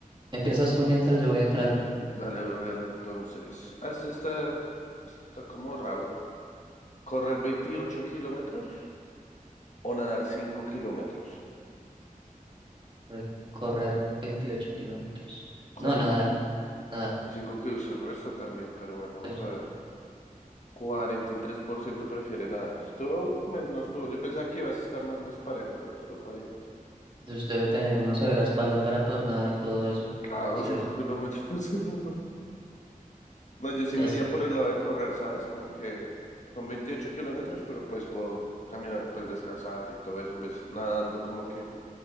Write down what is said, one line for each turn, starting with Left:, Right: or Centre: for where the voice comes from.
Right: Empiezas tú mientras yo voy entrando.
Left: <laughs> Dale, brother, entonces. Ah, este está, está como raro. ¿Correr 28 kilómetros o nadar 5 kilómetros?
Right: Recorrer 28 kilómetros. No,
Left: Correr
Right: nadar. Nadar.
Left: 5 kilómetros, el resto también, pero bueno, vamos
Right: Ver,
Left: a ver. 43% prefiere nadar. Estuvo, me- no estuvo, yo pensaba que iba a estar más desparejo, pero estuvo parejito.
Right: pues Debe tener uno severa espalda para poder nadar todo eso.
Left: Claro,
Right: Cero.
Left: 5 kilómetros. <laughs> No, yo sí
Right: Y
Left: me
Right: así.
Left: iría por el lado de correr, ¿sabes? Como que son 28 kilómetros, pero pues puedo caminar, pues descansar y todo eso, en vez nadando como que